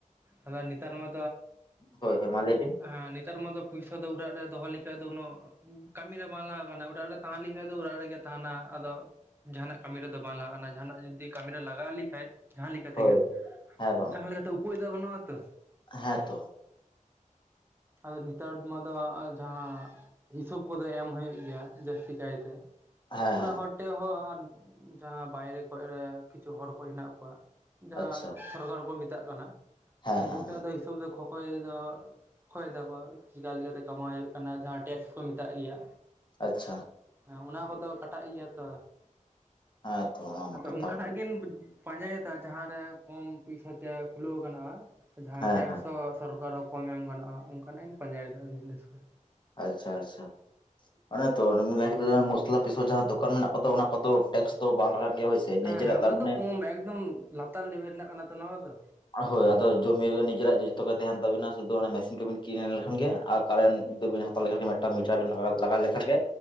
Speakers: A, on the right; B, on the left.
A: ᱟᱫᱚ ᱱᱮᱛᱟᱨ ᱢᱟ,
B: ᱦᱳᱭ ᱦᱳᱭ ᱢᱟ ᱞᱟᱹᱭ ᱵᱤᱱ
A: ᱦᱮᱸ ᱱᱮᱛᱟᱨ ᱢᱟ ᱫᱚ ᱯᱩᱭᱥᱟ ᱫᱚ ᱚᱲᱟᱜ ᱨᱮ ᱫᱚᱦᱚ ᱞᱮᱠᱷᱟᱡ ᱫᱚ ᱩᱱᱟᱹᱜ ᱠᱟᱹᱢᱤ ᱨᱮ ᱵᱟᱝ ᱞᱟᱜᱟᱜ ᱠᱟᱱᱟ ᱾ ᱩᱲᱟᱜ ᱨᱮ ᱛᱟᱦᱮᱸ ᱞᱮᱠᱟᱡ ᱫᱚ ᱩᱲᱟᱜ ᱨᱮᱜᱮ ᱛᱟᱸᱦᱮᱱᱟ ᱟᱫᱚ ᱡᱟᱦᱟᱱᱟᱜ ᱠᱟᱹᱢᱤ ᱨᱮᱫᱚ ᱵᱟᱝ ᱞᱟᱜᱟᱜ ᱠᱟᱱᱟ ᱡᱟᱦᱟᱱᱟᱜ ᱡᱩᱫᱤ ᱠᱟᱹᱢᱤ ᱨᱮ ᱞᱟᱜᱟᱣ ᱞᱮᱠᱷᱟᱡ ᱡᱟᱦᱟᱸ ᱞᱮᱠᱟ
B: ᱦᱳᱭ
A: ᱛᱮᱜᱮ?
B: ᱦᱮᱸ ᱵᱟᱝ
A: ᱡᱟᱦᱟᱸ ᱞᱮᱠᱟᱛᱮ ᱩᱯᱟᱹᱭ ᱫᱚ ᱜᱟᱱᱚᱜ-ᱟ ᱛᱚ᱾
B: ᱦᱮᱸ <unintelligible>
A: ᱟᱫᱚ ᱱᱤᱛᱟᱨ ᱢᱟᱫᱚ ᱡᱟᱦᱟᱸ ᱦᱤᱥᱟᱹᱵ ᱠᱚᱫᱚ ᱮᱢ ᱦᱳᱭᱳᱜ ᱜᱮᱭᱟ ᱡᱟᱹᱥᱛᱤ ᱠᱟᱭᱛᱮ᱾
B: ᱦᱮᱸ
A: ᱩᱲᱟᱜ
B: ᱦᱮᱸ
A: ᱦᱚᱲ ᱴᱷᱮᱡ ᱦᱚᱸ ᱟᱨ ᱡᱟᱦᱟᱸ ᱵᱟᱭᱨᱮ ᱠᱚᱡᱨᱮ ᱠᱤᱪᱷᱩ ᱦᱚᱲ ᱠᱚ ᱦᱮᱱᱟᱜ ᱠᱚᱣᱟ, ᱡᱟᱦᱟᱸ
B: ᱟᱪᱪᱷᱟ
A: ᱥᱚᱨᱠᱟᱨ ᱠᱚ ᱢᱮᱛᱟᱜ ᱠᱟᱱᱟ
B: ᱦᱮᱸ
A: ᱩᱱᱠᱩ
B: ᱦᱮᱸ
A: ᱴᱟᱜ
B: ᱦᱮᱸ
A: ᱫᱚ ᱦᱤᱥᱟᱹᱵ ᱫᱚ ᱠᱷᱚᱠᱚᱭ ᱫᱚ ᱠᱷᱚᱭ ᱫᱟᱠᱚ ᱪᱤᱠᱟ ᱞᱤᱠᱟᱛᱮ ᱠᱟᱢᱟᱣ ᱦᱩᱭᱩᱜ ᱠᱟᱱᱟ ᱡᱟᱦᱟᱸ ᱴᱮᱠᱥ ᱠᱚ ᱢᱮᱛᱟᱜ ᱜᱤᱭᱟ᱾
B: ᱟᱪᱪᱷᱟ᱾
A: ᱮᱸ ᱚᱱᱟ ᱠᱚᱫᱚ ᱠᱟᱴᱟᱜ ᱜᱮᱭᱟ ᱛᱚ
B: ᱦᱮᱸ ᱛᱚ ᱚᱱᱟ ᱢᱟ
A: ᱟᱫᱚ
B: ᱠᱟᱛᱷᱟ
A: ᱚᱱᱠᱟᱱᱟᱜ
B: ᱠᱟᱱ
A: ᱜᱮ ᱯᱟᱸᱡᱟᱭᱮᱫᱟ ᱡᱟᱦᱟᱸ ᱨᱮ ᱠᱚᱢ ᱯᱩᱭᱥᱟ ᱛᱮ ᱠᱷᱩᱞᱟᱹᱣ ᱜᱟᱱᱚᱜᱼᱟ ᱡᱟᱦᱟᱸ
B: ᱦᱮᱸ
A: ᱴᱮᱠᱥ
B: ᱦᱮᱸ
A: ᱦᱚᱸ ᱥᱚᱨᱠᱟᱨ ᱠᱚᱢ ᱮᱢ ᱜᱟᱱᱚᱜᱼᱟ ᱚᱱᱠᱟᱱᱟᱜ ᱤᱧ ᱯᱟᱸᱡᱟᱭᱮᱫᱟ ᱵᱤᱡᱽᱱᱮᱥ ᱠᱚ᱾
B: ᱟᱪᱪᱷᱟ ᱟᱪᱪᱷᱟ᱾ ᱚᱱᱮ ᱛᱚ <unintelligible> ᱢᱚᱥᱞᱟ ᱯᱤᱥᱚᱹᱣ ᱡᱟᱦᱟᱸ ᱫᱚᱠᱟᱱ ᱢᱮᱱᱟᱜ ᱠᱚ ᱫᱚ ᱚᱱᱟ ᱠᱚ ᱫᱚ ᱴᱮᱠᱥ ᱵᱟᱝ ᱞᱟᱜᱟᱜ ᱜᱮᱭᱟ ᱦᱳᱭ ᱥᱮ᱾ ᱱᱤᱡᱮᱨᱟᱜ
A: ᱦᱮᱸ ᱦᱮᱸ
B: ᱛᱟᱨ
A: ᱩᱱᱟ
B: ᱢᱟᱱᱮ
A: ᱫᱚ ᱠᱚᱢ ᱮᱠᱫᱚᱢ ᱞᱟᱛᱟᱨ ᱞᱮᱵᱮᱞ ᱨᱮᱱᱟᱜ ᱠᱟᱱᱟ ᱛᱚ ᱱᱚᱣᱟ ᱠᱚ ᱫᱚ᱾
B: ᱦᱳᱭ ᱟᱫᱚ ᱡᱚᱢᱤ ᱨᱮ ᱱᱤᱡᱮᱨᱟᱜ ᱫᱚ ᱡᱷᱚᱛᱚ ᱜᱮ ᱛᱟᱦᱮᱱ ᱛᱟᱵᱤᱱᱟ ᱥᱩᱫᱩ ᱚᱱᱟ ᱢᱮᱥᱤᱱ ᱠᱚᱵᱤᱱ ᱠᱤᱨᱤᱧ ᱞᱮᱠᱷᱟᱱ ᱜᱮ ᱟᱨ ᱠᱟᱨᱮᱱᱴ ᱫᱚᱵᱤᱱ ᱦᱟ ᱛᱟᱣ ᱞᱮᱠᱷᱟᱱ ᱜᱮ ᱢᱤᱫᱟᱝ ᱢᱤᱴᱟᱨ ᱞᱟᱜᱟᱣ ᱞᱮᱠᱷᱟᱱ ᱜᱮ